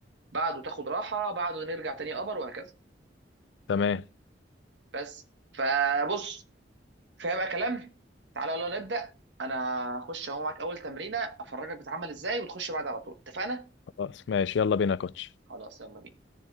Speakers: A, on the right; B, on the left.
A: بعده تاخد راحه بعده نرجع تاني ابر وهكذا
B: تمام
A: بس فبص فيبقى كلام تعالى يلا نبدأ انا هخش اهو معاك اول تمرينة افرجك بتعمل ازاي وتخش بعد على طول اتفقنا
B: خلاص ماشي يلا بينا يا كوتش
A: خلاص يلا بينا